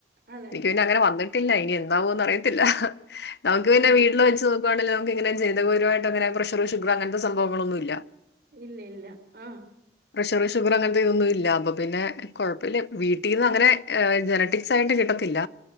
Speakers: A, on the right; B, on the left.
A: അതെ
B: ക്കീന്ന അങ്ങനെ വന്ന്ട്ടില്ല ഇനി എന്താവോന്ന് അറിയത്തില്ല നമുക്ക്
A: ആഹ്
B: പിന്നെ
A: അതെ
B: വീട്ടില് വെച്ച് ന് ക്യാണില് നംക്കിങ്ങനെ ചേതകരുവട്ട ങ്ങനെ പ്രഷറും ശുകറുഅങ്ങൻത്തെ സംഭവങ്ങളൊന്നുല്ല
A: ഇല്ലേ ല്ല ആഹ്
B: പ്രഷറ് ഷുഗറ് അങ്ങൻത്തെ ഇതൊന്നു ല്ല അപ്പൊ പിന്നെ കൊഴപ്പ്യല്ല വീട്ടിന്ന്
A: ആഹ്
B: അങ്ങനെ എ ജനറ്റിക്സായിട്ട് കിട്ടത്തില്ല